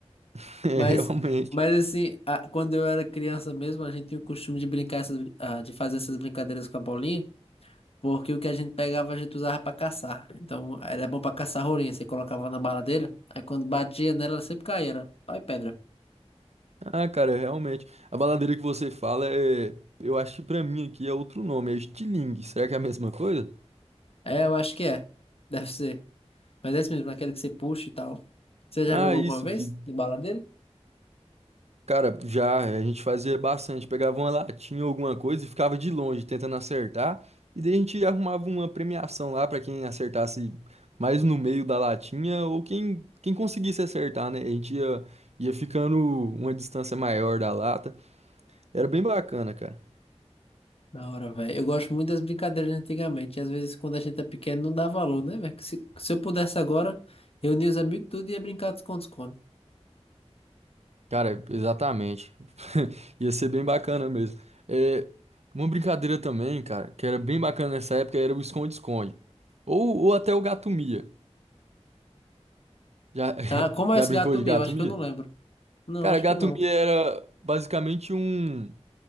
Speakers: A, on the right (about 70°); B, on the left (about 60°).
A: <laughs> É,
B: Mas,
A: realmente.
B: mas assim, a- quando eu era criança mesmo, a gente tinha o costume de brincar, essas, brin- ah, de fazer essas brincadeiras com a bolinha. Porque o que a gente pegava, a gente usava pra caçar. Então, era bom pra caçar rolinha. Você colocava na baladeira, aí quando batia nela, ela sempre caía. Era pau e pedra.
A: Ah, cara, realmente. A baladeira que você fala é. Eu acho que pra mim aqui é outro nome, é estilingue. Será que é a mesma coisa?
B: É, eu acho que é. Deve ser. Mas é isso mesmo, aquele que você puxa e tal. Você já
A: Ah,
B: jogou
A: isso
B: alguma vez
A: que.
B: de baladeira?
A: Cara, já a gente fazia bastante. Pegava uma latinha ou alguma coisa e ficava de longe tentando acertar. E daí a gente arrumava uma premiação lá pra quem acertasse mais no meio da latinha ou quem, quem conseguisse acertar, né? A gente ia, ia ficando uma distância maior da lata. Era bem bacana, cara.
B: Da hora, velho. Eu gosto muito das brincadeiras de antigamente. E às vezes, quando a gente é pequeno, não dá valor, né, velho? Que Se, se eu pudesse agora, reunir os amigos tudo e ia brincar de esconde-esconde.
A: Cara, exatamente. <laughs> Ia ser bem bacana mesmo. É, uma brincadeira também, cara, que era bem bacana nessa época era o esconde-esconde. Ou, ou até o gato-mia. Já,
B: Ah,
A: <laughs>
B: como é
A: já
B: esse
A: brincou
B: gato
A: de
B: meu?
A: gato-mia?
B: Acho que eu não lembro. Não,
A: Cara,
B: acho
A: gato-mia
B: que não.
A: era basicamente um,